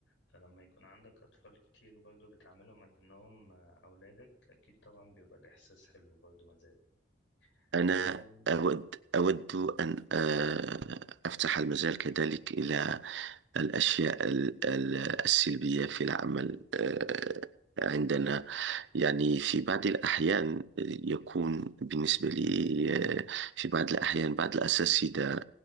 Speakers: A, on the left; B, on the right.
A: فلما يكون عندك أطفال كتير برضه بتعاملهم أكنهم آه، أولادك أكيد طبعا بيبقى الإحساس حلو برضه مازال
B: أنا
A: آه،
B: أود أود أن آه، أفتح المجال كذلك إلى الأشياء ال- ال- السلبية في العمل آه، عندنا يعني في بعض الأحيان يكون بالنسبة لي آه، في بعض الأحيان بعض الأساتذة